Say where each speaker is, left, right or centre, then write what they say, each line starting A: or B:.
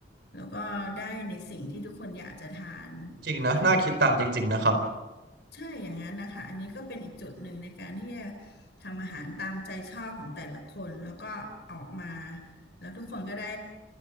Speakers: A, on the left; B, on the right.
A: แล้วก็ได้ในสิ่งที่ทุกคนอยากจะทาน
B: <laughs> จริงนะน่าคิดตามจริงๆนะครับ
A: แล้วก็ทำ ใช่อย่างนั้นนะคะอันนี้ก็เป็นอีกจุดหนึ่งในการที่จะทำอาหารตามใจชอบของแต่ละคนแล้วก็ออกมาแล้วทุกคนก็ได้